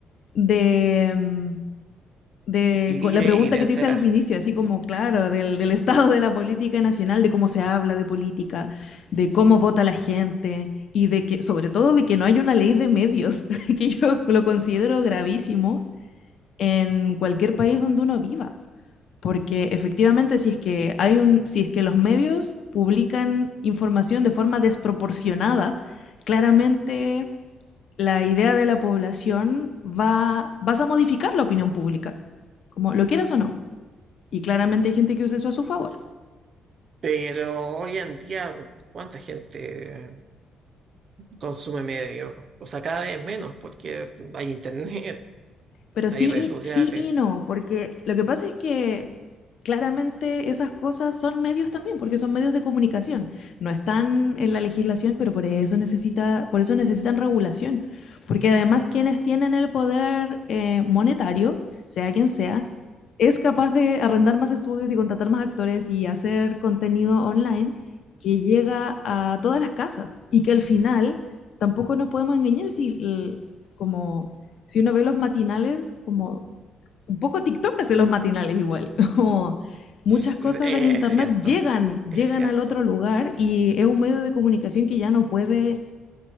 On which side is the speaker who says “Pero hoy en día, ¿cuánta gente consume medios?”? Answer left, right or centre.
Right